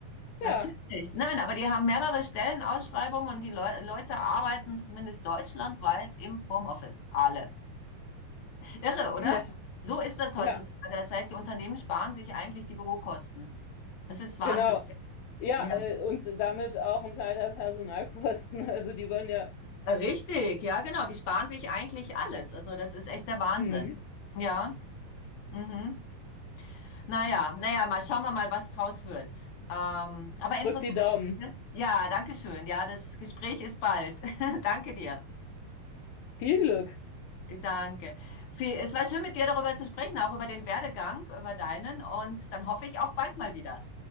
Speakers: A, on the left; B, on the left.
A: Natürlich.
B: Ja,
A: Nein, aber die haben mehrere Stellenausschreibungen und die Leu Leute arbeiten zumindest deutschlandweit im Homeoffice. Alle. Irre,
B: <laughs>
A: oder?
B: ja,
A: So ist das heutzutage.
B: ja,
A: Das heißt, die Unternehmen sparen sich eigentlich die Bürokosten. Das ist Wahnsinn.
B: genau. Ja,
A: Ja.
B: äh, und damit auch ein Teil der Personalkosten. <laughs> Also die wollen ja,
A: Richtig, ja, genau. Die sparen sich eigentlich alles. Also das ist echt der Wahnsinn.
B: hm,
A: Ja. Mhm. Naja, naja, mal schauen wir mal, was draus wird. Ähm, aber
B: drück
A: interessant.
B: die Daumen.
A: ne? Ja, danke schön. Ja, das Gespräch ist bald. <laughs> Danke dir.
B: Viel Glück.
A: Danke. Viel- Es war schön, mit dir darüber zu sprechen, auch über den Werdegang, über deinen. Und dann hoffe ich auf bald mal wieder.